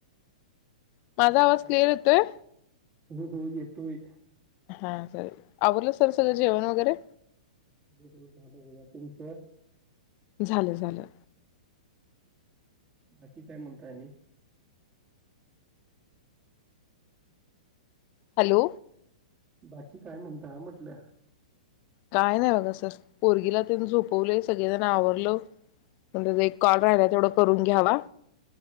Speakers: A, on the left; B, on the right.
A: माझा
B: नेटवर्क
A: आवाज क्लिअर येतोय?
B: हो हो येतोय.
A: हा सर, आवरलं सर सगळं जेवण वगैरे?
B: बूधबूध झालं बघा. तुमचं?
A: झालं झालं.
B: बाकी काय म्हणताय आणि?
A: हॅलो.
B: बाकी काय म्हणता, म्हटलं?
A: काय नाही बघा सर, पोरगीला तेन झोपवले, सगळेजण आवरलो. <unintelligible> एक कॉल राहिला तेवढं करून घ्यावा.